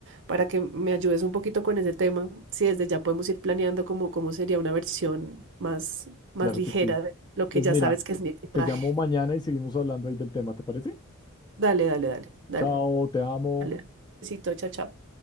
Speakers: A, on the right; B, on the left.
A: para que me ayudes un poquito con ese tema, si desde ya podemos ir planeando cómo cómo sería una versión más, más
B: Claro
A: ligera
B: que sí.
A: de lo que
B: Pues
A: ya
B: mira,
A: sabes que es mi equipaje.
B: te llamo mañana y seguimos hablando ahí del tema, ¿te parece?
A: Dale, dale, dale, dale.
B: Chao, te amo.
A: Dale. Besito, chao, chao.